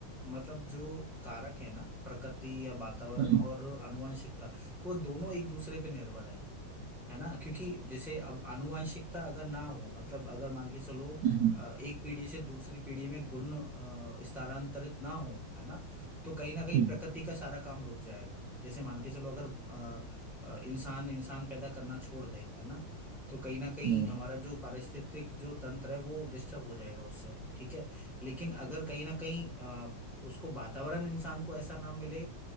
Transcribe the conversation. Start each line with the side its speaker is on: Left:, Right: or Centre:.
Centre: मतलब जो कारक है ना प्रकृति या वातावरण
Right: हम्म
Centre: और आनुवंशिकता वो दोनों एक दूसरे पे निर्भर है है ना क्योंकि जैसे अब आनुवंशिकता अगर ना हो मतलब अगर मान के चलो
Right: हम्म
Centre: अ, एक पीढ़ी से दूसरी पीढ़ी में गुण अ, स्थानांतरित ना हो है ना तो कहीं ना कहीं
Right: हम्म
Centre: प्रकृति का सारा काम रुक जाएगा जैसे मान के चलो अगर अ, अ, इंसान इंसान पैदा करना छोड़ दे है ना तो कहीं ना कहीं
Right: हम्म
Centre: हमारा जो पारिस्थितिक जो तंत्र है वो डिस्टर्ब हो जाएगा उससे ठीक है लेकिन अगर कहीं ना कहीं अ, उसको वातावरण इंसान को ऐसा ना मिले